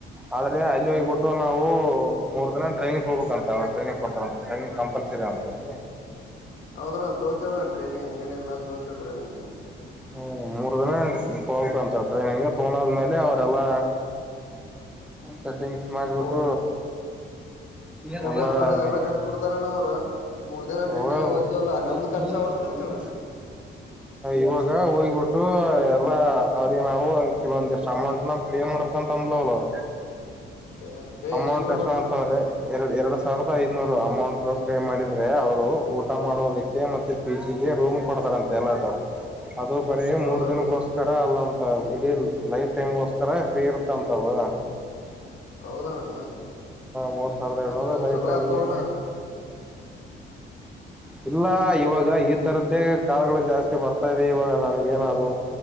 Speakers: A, in the centre; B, on the left.
A: ಆದ್ರೆ ಅಲ್ಲಿ ಹೋಗ್ಬಿಟ್ಟು ನಾವು ಮೂರು ದಿನ ಟ್ರೈನಿಂಗ್ ತೋಬೇಕ ಅಂತ ಅವಳ ಟ್ರೈನಿಂಗ್ ಕೊಡ್ತಾರ ಅಂತ ಟ್ರೈನಿಂಗ ಕಂಪಲ್ಸರಿ ಜಂತ <inaudible>
B: ಹೌದಣ್ಣ ತೋತವಣ್ಣ ಟ್ರೈನಿಂಗ್ ಹಂಗೇನಿಲ್ಲಲ್ಲ ತೋತವಿ ಟ್ರೈನಿಂಗ್ ಅಲ್ಲ
A: ಹ್ಮ ಮೂರು ತೋಕಂತ ಹಟ್ರೆ ಹಿಂಗ ತಗೊಂಡದ್ಮೇಲೆ ಅವರೆಲ್ಲಾ ಸೆಟಿಂಗ್ಸ್ ಮಾಡ್ಬಿಟ್ಟ್
B: ಓ ಹೋಗೋದ್
A: ನ
B: ಬರೋದ ಎಲ್ಲಾ ಖರ್ಚು ಕೊಡ್ತಾರಣ್ಣ ಅವ್ರು ಮೂರ್ ದಿನ ಟ್ರೈನಿಂಗ್
A: ಹೋಗ
B: ಓದ್ತಿವಲ್ಲಾ ನಮ್ದು
A: ್ಮ
B: ಖರ್ಚ
A: <inaudible>
B: ಅವ್ರದ್ ಖರ್ಚಣ್ಣ
A: ಇವಾಗ ಹೋಗ್ಬಿಟ್ಟು ಎಲ್ಲಾ ಅವ್ರಿಗೆ ನಾವು ಕೆಲವೊಂದಿಷ್ಟ ಅಮೌಂಟ್ ನ ಪೇ ಮಾಡ್ ತಂದಲಲ <inaudible>
B: ಪೇ ಪೇ
A: ಅಮೌಂಟ್
B: ಎಷ್ಟ್ ಮಾಡ್ಬೇಕಣ್ಣ
A: ಎಷ್ಟ ಮಾಡ್ತಂದ್ರೆ
B: ಪೇ
A: ಎರಡು ಎರಡ್ ಸಾವಿರದ ಐನೂರು ಅಮೌಂಟ್ ಕೈ ಮಾಡಿದ್ರೆ ಅವರು ಊಟ ಮಾಡೋದಕ್ಕೆ ಮತ್ತೆ ಪಿ ಜಿಗೆ ರೂಮ್ ಕೊಡತಾರಂತೆ ಎಲಾಟ ಅದು ಬರೀ
B: ಹೌದಣ್ಣ
A: ಮೂರ್ ದಿನಗೋಸ್ಕರ ಅಲ್ಲ ಅಂತ ಇಡೀ ಲೈಫ್ ಟೈಮ್ಗೋಸ್ಕರ ಫ್ರೀ ಇರತ್ತ ಅಂತವು
B: ಹೌದಣ ಹ
A: ಮೂರ್ ಸಾವಿರದ
B: ಅಂಗದಾನ
A: ಏಳ್ನೂರು ಲೈಫ್
B: ಚಲೋ
A: ಟೈಮ್ಗೆ
B: ತೋಣ
A: ಇಲ್ಲ ಇವಾಗ ಈ ತರದ್ದೇ ಕಾಲುಗಳು ಜಾಸ್ತಿ ಬರ್ತಾ ಇದೆ ಇವಾಗ ನನಗೇನ ಅದು